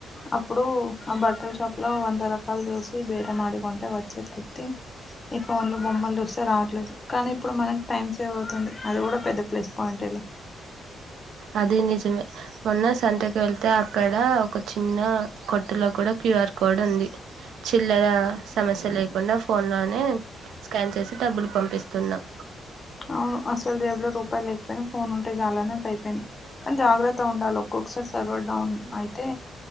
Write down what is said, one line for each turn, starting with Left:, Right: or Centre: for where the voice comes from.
Left: అప్పుడు ఆ బట్ బట్టల షాప్ లో వంద రకాల చూసి బేరం మాడి కొంటే వచ్చే తృప్తి ఇ ఫోన్లో బొమ్మలు చూస్తే రావట్లేదు కానీ ఇప్పుడు మనకి టైమ్ సేవ్ అవుతుంది అది కూడా పెద్ద ప్లేస్ పాయింటే లే
Right: అది నిజమే మొన్న సంతకి వెళ్తే అక్కడ ఒక చిన్న కొట్టులో కూడా క్యూఆర్ కోడ్ ఉంది చిల్లర సమస్య లేకుండా ఫోన్లోనే స్కాన్ చేసి డబ్బులు పంపిస్తున్నాం
Left: అవును అసలు జేబ్లో రూపాయలు లేకపోయినా ఫోన్ ఉంటే చాలా అనట్టు అయిపోయింది కానీ జాగ్రత్త ఉండాలో ఒకొకసారి సర్వర్ డౌన్ అయితే